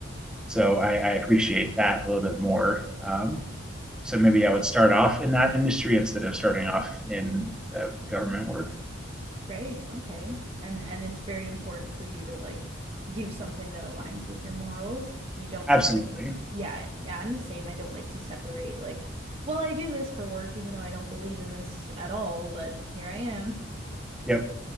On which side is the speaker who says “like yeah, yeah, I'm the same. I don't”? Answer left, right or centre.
Right